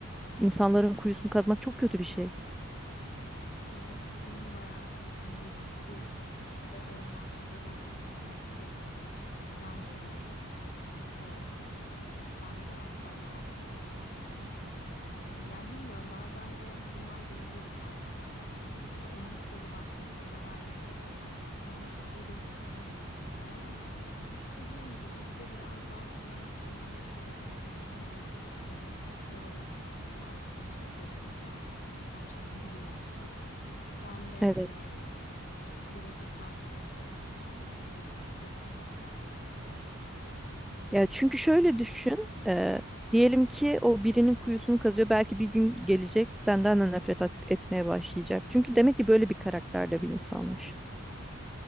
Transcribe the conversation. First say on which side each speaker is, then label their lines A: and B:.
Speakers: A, in the centre; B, on the left (about 40°).
A: insanların kuyusunu kazmak çok kötü bir şey.
B: evet senin bayağı kesin bir çizgi de olman burada zaten tahmin edeceğim bir şeydi. Çünkü ben de öyleyim. Ee, ben de asla masum bir insanın Ee, Yani bilmiyorum bazen de bunlar göreceli kavramlar oluyor. İşte onun sırrı başkasına zarar verecek ama hani o kişiyi de hiç tanımıyorsun falan ama dediğim gibi bizde biraz daha sanırım iyi niyeti ya da kötü niyeti ayırt etmek kolay olur. Burada arkadaşımız yakınsa biz her şeyini biliyoruzdur. Ben de
A: Evet.
B: eee, gerekirse arkadaşlığımı bitirmeyi seçerim bu anlamda.
A: Ya çünkü şöyle düşün. e, diyelim ki o birinin kuyusunu kazıyor. Belki bir gün gelecek senden de nefret et- etmeye başlayacak. Çünkü demek ki böyle bir karakterde bir insanmış.